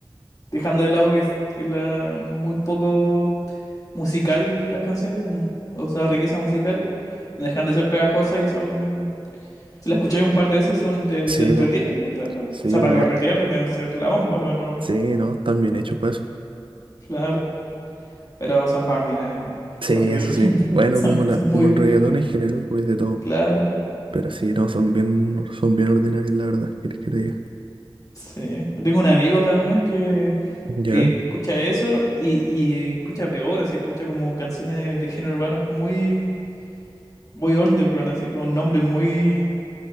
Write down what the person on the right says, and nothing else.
Sí,
pues.
Sí,
pues
no.
Sí, no, están bien hechos para eso.
Sí,
eso sí. Bueno,
como la,
como el
reggaetón en general, pues de todo.
Pero sí, no, son bien, son bien ordinarias la verdad, ¿quieres que te diga?
¿Ya?